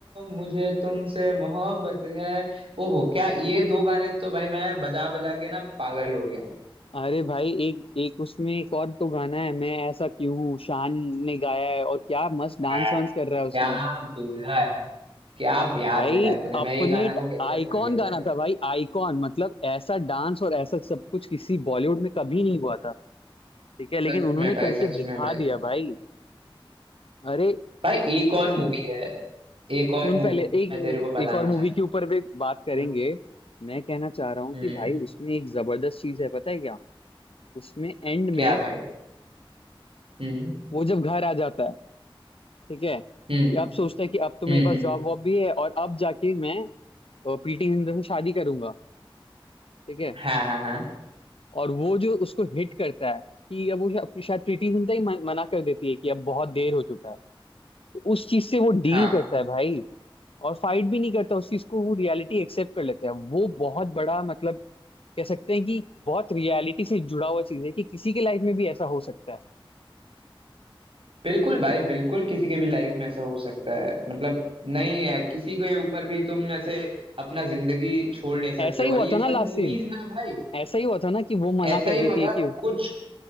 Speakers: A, on the right; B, on the left.
A: मुझे तुमसे मोहब्बत है ओहो क्या ये दो गाने तो भाई मैं बजा बजा के ना पागल हो गया हूँ
B: अरे भाई एक एक उसमें एक और तो गाना है मैं ऐसा क्यों हूँ शान ने गाया है और क्या मस्त
A: हाँ,
B: डांस वांस कर रहा है उसमें
A: क्या बोला है भाई क्या याद
B: भाई
A: दिलाया तूने
B: अपने
A: मैं ये गाना को कैसे
B: आइकॉन
A: भूल गया
B: गाना
A: भाई
B: था भाई आइकॉन मतलब ऐसा डांस और ऐसा सब कुछ किसी बॉलीवुड में कभी नहीं हुआ था ठीक है लेकिन
A: सच
B: उन्होंने
A: में भाई
B: करके
A: सच
B: दिखा
A: में भाई
B: दिया
A: सच
B: भाई
A: में
B: अरे
A: भाई एक और
B: उसमें
A: मूवी है एक और
B: सुन
A: मूवी
B: पहले एक
A: मैं तेरे को बताना
B: एक और मूवी
A: चाहता
B: के ऊपर
A: हूँ
B: भी बात करेंगे
A: वो
B: मैं कहना चाह रहा हूँ
A: हम्म
B: कि भाई उसमें एक जबरदस्त चीज है पता है क्या उसमें एंड
A: क्या
B: में
A: भाई हम्म
B: वो जब घर आ जाता है ठीक है कि
A: हम्म
B: अब सोचता है कि
A: हम्म
B: अब तो मेरे पास
A: हम्म,
B: जॉब वॉब भी है और अब जाके मैं अ, प्रीति जिंटा से शादी करूंगा ठीक है
A: हाँ हाँ हाँ
B: और वो जो उसको हिट करता है कि अब वो शा- शायद प्रीति जिंटा ही मन- मना कर देती है कि अब बहुत देर हो चुका है तो उस चीज से वो
A: हाँ
B: डील करता है भाई और फाइट भी नहीं करता उस चीज को वो रियलिटी एक्सेप्ट कर लेता है वो बहुत बड़ा मतलब कह सकते हैं कि बहुत रियलिटी से जुड़ा हुआ चीज है कि किसी के लाइफ में भी ऐसा हो सकता है
A: बिल्कुल भाई बिल्कुल किसी के भी लाइफ में ऐसा हो सकता है मतलब नहीं है किसी के ऊपर भी तुम ऐसे अपना जिंदगी छोड़ नहीं सकते
B: ऐसा
A: और
B: ही हुआ
A: ये
B: था
A: सब
B: ना लास्ट
A: मूवीज
B: सीन
A: ना भाई
B: ऐसा ही हुआ था ना कि वो मना
A: ऐसा
B: कर
A: ही
B: देती
A: हुआ था
B: है कि
A: कुछ